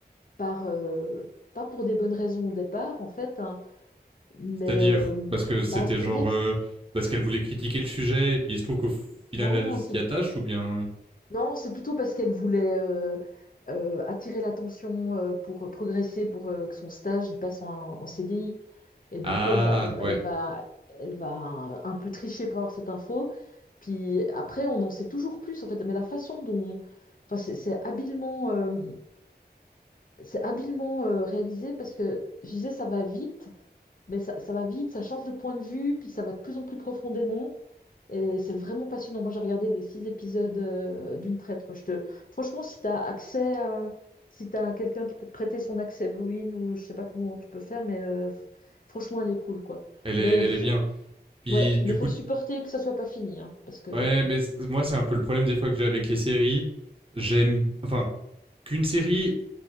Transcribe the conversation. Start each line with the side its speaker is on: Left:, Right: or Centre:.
Left: par, euh, pas pour des bonnes raisons au départ, en fait, hein, mais
Right: C'est-à-dire,
Left: euh,
Right: parce que c'était
Left: bah, c'est-à-dire,
Right: genre. euh, parce qu'elle voulait critiquer le sujet, et puis il se trouve qu'au final,
Left: non,
Right: elle s'y attache, ou bien.
Left: Non, c'est plutôt parce qu'elle voulait euh, euh, attirer l'attention euh, pour progresser, pour euh, que son stage il passe en, en CDI. Et du
Right: Ah,
Left: coup, elle va, elle, va,
Right: ouais.
Left: elle va elle va un peu tricher pour avoir cette info. Puis après, on en sait toujours plus en fait. Mais la façon dont, enfin, c'est c'est habilement, euh, c'est habilement euh, réalisé parce que je disais ça va vite, mais ça, ça va vite, ça change de point de vue, puis ça va de plus en plus profondément. Et c'est vraiment passionnant. Moi, j'ai regardé les six épisodes euh, d'une traite, quoi. Je te... Franchement, si tu as accès à... si tu as quelqu'un qui peut te prêter son accès Blue In, ou je sais pas comment tu peux faire, mais euh, f- franchement, elle est cool, quoi.
Right: Elle est,
Left: Mais
Right: elle
Left: faut...
Right: est bien. Puis,
Left: ouais,
Right: du
Left: mais
Right: coup,
Left: faut supporter que ça soit pas fini, hein, parce que...
Right: ouais, mais moi, c'est un peu le problème des fois que j'ai avec les séries. J'aime. Enfin, qu'une série